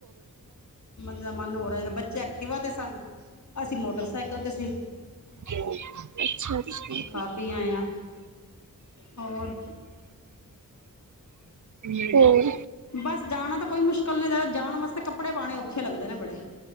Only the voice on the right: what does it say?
ਕਿਉਂ? ਅੱਛਾ-ਅੱਛਾ।
ਹੋਰ।